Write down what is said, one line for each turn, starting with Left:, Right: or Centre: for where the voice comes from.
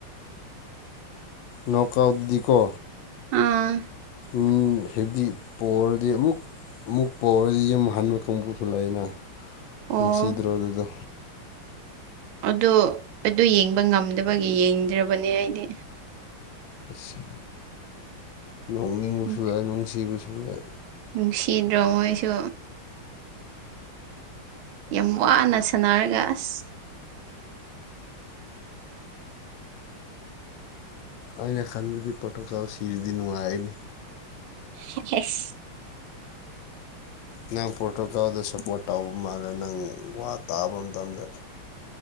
Left: ꯅꯣ ꯀꯣꯜ ꯑꯗꯨꯗꯤꯀꯣ
Right: ꯑꯥ
Left: ꯃꯤ ꯍꯥꯏꯕꯗꯤ ꯄꯣꯔꯗꯤ ꯑꯃꯨꯛ ꯑꯃꯨꯛ ꯄꯣꯔꯗꯤ ꯌꯨꯝ ꯍꯟꯕ ꯀꯥꯡꯕꯨꯁꯨ ꯂꯩꯌꯦꯅꯥ
Right: ꯑꯣ
Left: ꯅꯨꯡꯁꯤꯗ꯭ꯔꯣ ꯑꯗꯨꯗꯣ
Right: ꯑꯗꯣ ꯑꯗꯨ ꯌꯦꯡꯕ ꯉꯝꯗꯕꯒꯤ ꯌꯦꯡꯗ꯭ꯔꯕꯅꯦ ꯑꯩꯗꯤ
Left: ꯑꯁ ꯅꯣꯛꯅꯤꯡꯕꯁꯨ
Right: ꯎꯝ
Left: ꯂꯩ ꯅꯨꯡꯁꯤꯕꯁꯨ ꯂꯩ
Right: ꯅꯨꯡꯁꯤꯗ꯭ꯔꯣ ꯃꯣꯏꯁꯨ ꯌꯥꯝ ꯋꯥꯅ ꯁꯥꯟꯅꯔꯒ ꯑꯁ
Left: ꯑꯩꯅ ꯈꯥꯟꯕꯗꯤ ꯄꯣꯇꯨꯀꯜ ꯁꯤꯔꯤꯗꯤ ꯅꯨꯡꯉꯏꯔꯅꯤ
Right: <unintelligible>
Left: ꯅꯪ ꯄꯣꯔꯇꯣꯀꯥꯜꯗ ꯁꯞꯄꯣꯔꯠ ꯇꯧꯕ ꯃꯥꯜꯂꯦ ꯅꯪ ꯋꯥ ꯇꯥꯕ ꯃꯇꯝꯗ